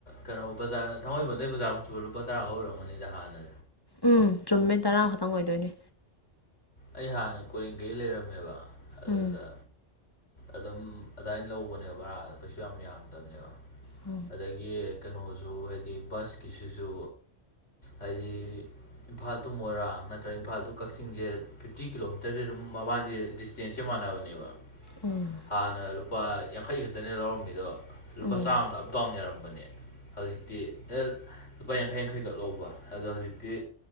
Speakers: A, on the left; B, on the left.
A: ꯀꯩꯅꯣ ꯕꯖꯥꯔ ꯊꯥꯡꯃꯩꯕꯟꯗꯩ ꯕꯖꯥꯔꯒꯥꯎ ꯁꯕ ꯂꯨꯄꯥ ꯇꯔꯥꯒ ꯑꯣꯏꯔꯝꯒꯅꯤꯗ ꯍꯥꯟꯅ
B: ꯎꯝ ꯆꯨꯝꯃꯤꯇꯔꯥ ꯈꯛꯇꯪ ꯑꯣꯏꯗꯣꯏꯅꯤ
A: ꯑꯩ ꯍꯥꯟꯅ ꯀꯣꯔꯦꯡꯒꯩ ꯂꯩꯔꯝꯃꯦꯕ ꯑꯗꯨꯗ
B: ꯎꯝ
A: ꯑꯗꯨꯝ ꯑꯗꯨꯗꯥꯏꯅ ꯂꯧꯕꯅꯦꯕ ꯕꯔꯥ ꯀꯩꯁꯨ ꯌꯥꯝ ꯌꯥꯝꯗꯕꯅꯦꯕ
B: ꯑꯣ
A: ꯑꯗꯒꯤ ꯀꯩꯅꯣꯁꯨ ꯍꯥꯏꯗꯤ ꯕꯁꯀꯤꯁꯤꯁꯨ ꯍꯥꯏꯗꯤ ꯏꯝꯐꯥꯜ ꯇꯨ ꯃꯣꯏꯔꯥꯡ ꯅꯠꯇ꯭ꯔꯒ ꯏꯝꯐꯥꯜ ꯇꯨ ꯀꯛꯆꯤꯡꯁꯦ ꯐꯤꯐꯇꯤ ꯀꯤꯂꯣꯃꯤꯇꯔꯁꯦ ꯑꯗꯨꯝ ꯃꯕꯥꯜꯁꯦ ꯗꯤꯁꯇꯦꯟꯁꯁꯦ ꯃꯥꯟꯅꯕꯅꯦꯕ
B: ꯎꯝ
A: ꯍꯥꯟꯅ ꯑꯗꯨꯝ ꯂꯨꯄꯥ ꯌꯥꯡꯈꯩ ꯈꯛꯇꯅꯦ ꯂꯧꯔꯝꯃꯤꯗꯣ ꯂꯨꯄꯥ
B: ꯎꯝ
A: ꯆꯥꯝꯃꯅ ꯑꯞ ꯗꯥꯎꯟ ꯌꯥꯔꯝꯕꯅꯦ ꯍꯧꯖꯤꯛꯇꯤ ꯂꯨꯄꯥ ꯌꯥꯡꯈꯩ ꯌꯥꯡꯈꯩꯈꯛ ꯂꯧꯕ ꯑꯗꯣ ꯍꯧꯖꯤꯛꯇꯤ